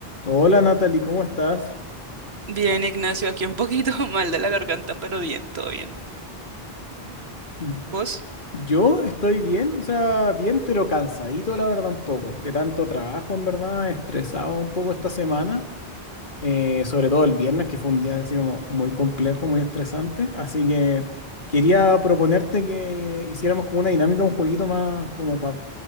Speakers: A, on the left; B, on the right.
A: Hola Natalie, ¿cómo estás?
B: Bien, Ignacio, aquí un poquito <laughs> mal de la garganta, pero bien, todo bien.
A: Mm,
B: ¿Vos?
A: Yo estoy bien, o sea, bien, pero cansadito, la verdad, un poco. De tanto trabajo, en verdad, estresado un poco esta semana. eh, sobre todo el viernes, que fue un día así como muy complejo, muy estresante. Así que quería proponerte que hiciéramos como una dinámica, un jueguito más como para